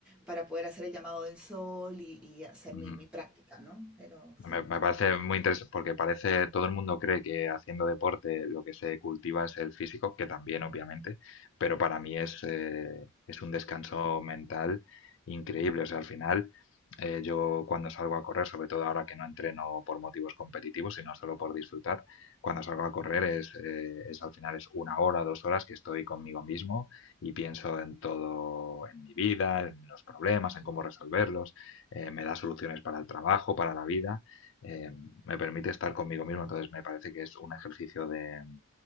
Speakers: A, in the centre; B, on the left (about 55°).
A: para poder hacer el llamado del sol y, y hacer
B: Ujú.
A: mi, mi práctica, ¿no? Pero
B: Me,
A: sí.
B: me parece muy interesante porque parece, todo el mundo cree que haciendo deporte lo que se cultiva es el físico, que también obviamente, pero para mí es, eh, es un descanso mental increíble. O sea, al final eh, yo cuando salgo a correr, sobre todo ahora que no entreno por motivos competitivos, sino solo por disfrutar, cuando salgo a correr es, eh, es al final es una hora, dos horas que estoy conmigo mismo y pienso en todo, en mi vida, en los problemas, en cómo resolverlos, eh, me da soluciones para el trabajo, para la vida eh, me permite estar conmigo mismo, entonces me parece que es un ejercicio de,